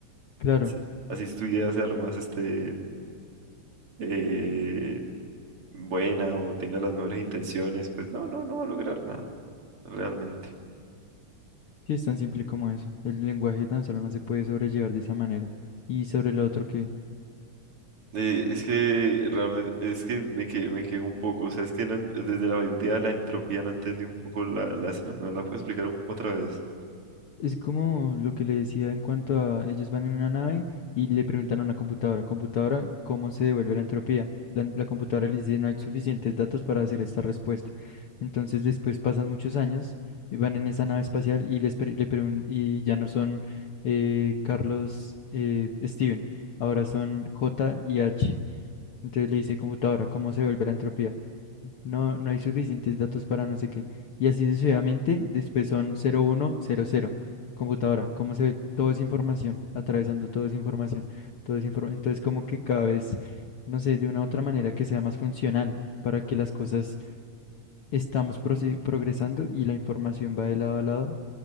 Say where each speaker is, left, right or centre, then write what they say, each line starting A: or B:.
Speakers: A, on the left; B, on the right.
A: Claro.
B: Así así su idea sea lo más este, eh, buena o tenga las mejores intenciones, pues no, no, no va a lograr nada, realmente.
A: Sí, es tan simple como eso. El lenguaje tan solo no se puede sobrellevar de esa manera. Y sobre lo otro que...
B: Eh, es que realmente, es que me quedé, me quedé un poco, o sea, es que no ent- desde la idea de la entropía no entendí un poco la, la- ¿me la puedo explicar un- otra vez?
A: Es como lo que le decía en cuanto a ellos van en una nave y le preguntan a una computadora, computadora, ¿cómo se devuelve la entropía? La, la computadora les dice, no hay suficientes datos para hacer esta respuesta. Entonces después pasan muchos años y van en esa nave espacial y, les pre- le pregun- y ya no son eh, Carlos, eh, Steven, ahora son J y H. Entonces le dice computadora, ¿cómo se vuelve la entropía? No, no hay suficientes datos para no sé qué. Y así sucesivamente, después son cero uno cero cero Computadora, ¿cómo se Todo es información, atravesando todo es información, todo es informa- Entonces, como que cada vez, no sé, de una u otra manera que sea más funcional para que las cosas estamos proce- progresando y la información va de lado a lado